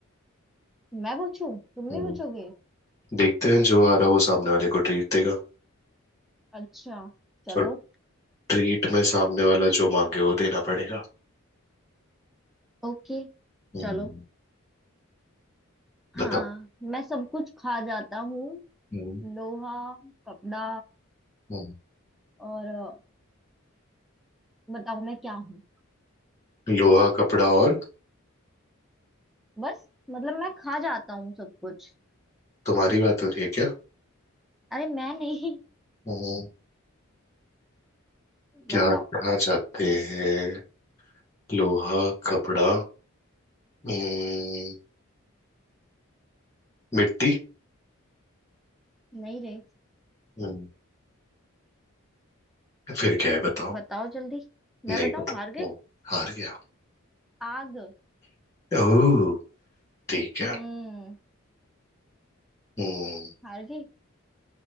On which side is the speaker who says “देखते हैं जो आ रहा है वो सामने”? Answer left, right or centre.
Left